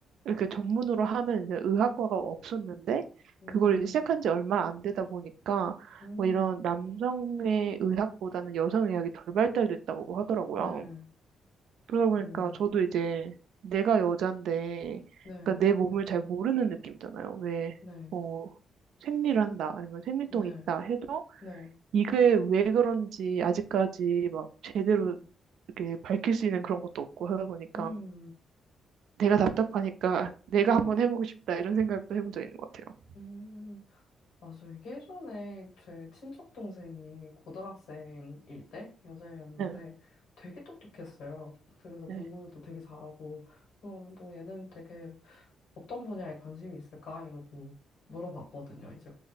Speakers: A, on the right; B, on the left.
A: 이렇게 전문으로 하는 이제 의학과가 없었는데
B: 음,
A: 그걸 이제 시작한 지 얼마 안 되다 보니까
B: 음,
A: 뭐 이런 남성의 의학보다는 여성 의학이 덜 발달됐다고 하더라고요.
B: 네,
A: 그러다 보니까
B: 오,
A: 저도 이제 내가 여잔데,
B: 네,
A: 그러니까 내 몸을 잘 모르는 느낌이잖아요. 왜,
B: 네,
A: 뭐 생리를 한다, 아니면 생리통이
B: 네,
A: 있다 해도
B: 네,
A: 이게 왜 그런지 아직까지 막 제대로
B: 음,
A: 이렇게 밝힐 수 있는 그런 것도 없고 하다 보니까
B: 음,
A: 내가 답답하니까 내가
B: 음,
A: 한번 해보고 싶다 이런 생각도 해본 적 있는 것 같아요.
B: 음. 맞아. 이게 예전에 제 친척 동생이 고등학생일 때 여자애였는데
A: 네,
B: 되게 똑똑했어요. 그래서 공부도
A: 네,
B: 되게 잘하고 어, 뭐 얘는 되게 어떤 분야에 관심이 있을까? 이러고 물어봤거든요. 이제